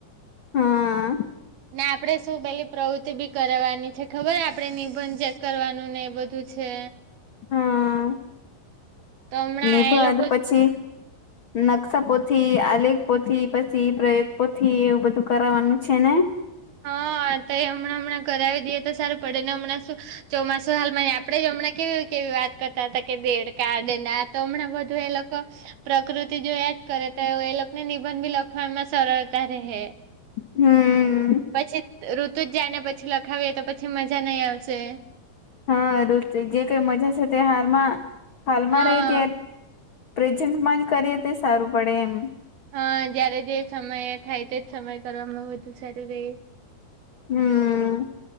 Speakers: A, on the left; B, on the right.
A: હા.
B: ને આપડે શું પેલી પ્રવૃતિ બી કરવાની છે ખબર આપણે નિબંધ ચેક કરવાનું ને એ બધું છે.
A: હા
B: તો હમણાં
A: નિબંધ
B: એ લોકો
A: પછી. નકશા પોથી, આલેખ પોથી, પછી પ્રયોગ પોથી-એવું બધું કરાવાનું છે ને?
B: હા, તો એ હમણાં હમણાં કરાવી દેએ તો સારું પડે ને? હમણાં શું ચોમાસું હાલમાં. આપણે હમણાં કેવી કેવી વાત કરતા હતા કે દેડ કાડે, ના તો હમણાં બધું એ લોકો? પ્રકૃતિ જો એજ કરે તો એ લોકોને નિબંધ બી લખવામાં સરળતા રહે.
A: હમ.
B: પછી ઋતુ જ જાયને, પછી લખાવીએ તો પછી મજા નહીં આવશે‌.
A: હા, ઋત જે કંઈ મજા છે, તે હાલમાં હાલમાં
B: હા
A: રહી ત્યારે. પ્રેઝન્ટમાં જ કરીએ તો સારું પડે એમ.
B: હા, જયારે જે સમય થાય, તેજ સમય કરવામાં વધુ સારું રહે.
A: હમ.